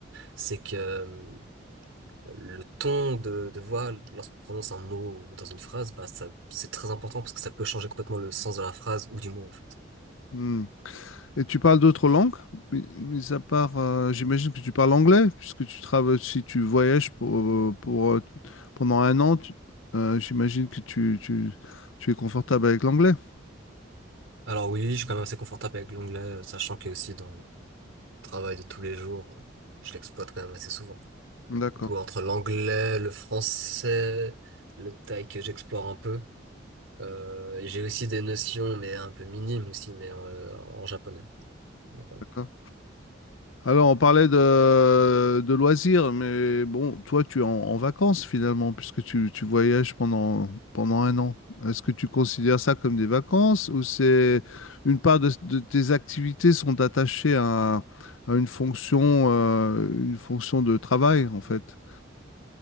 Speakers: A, on the right; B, on the left.
A: c'est que euh, le ton de, de voix, lorsqu'on prononce un mot ou dans une phrase, bah, ça, c'est très important parce que ça peut changer complètement le sens de la phrase ou du mot, en fait.
B: Hmm. Et tu parles d'autres langues? Mi- Mis à part, euh, j'imagine que tu parles anglais, puisque tu travailles, si tu voyages pour, euh, pour, euh, pendant un an, tu- euh, j'imagine que tu, tu, tu es confortable avec l'anglais.
A: Alors oui, je suis quand même assez confortable avec l'onglet, euh, sachant que aussi dans le travail de tous les jours, euh, je l'exploite quand même assez souvent.
B: D'accord,
A: Du coup, entre l'anglais, le français, le thaï que j'explore un peu, euh, et j'ai aussi des notions, mais un peu minimes aussi, mais euh, en japonais. Mais voilà.
B: d'accord. Alors, on parlait de, de loisirs, mais bon, toi, tu es en, en vacances finalement, puisque tu, tu voyages pendant, pendant un an. Est-ce que tu considères ça comme des vacances ou c'est une part de, de tes activités sont attachées à, à une fonction, euh, une fonction de travail, en fait?